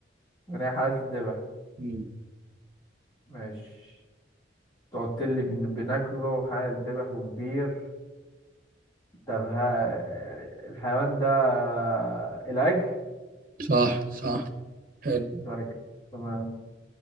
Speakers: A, on the left; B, on the right.
A: انا حالة الذبح
B: مم.
A: ماشي تقعد لي بن- بناكله حالة الذبح وكبير طب ها آه، الحيوان ده آه، العجل
B: صح صح حلو
A: ده عجل تمام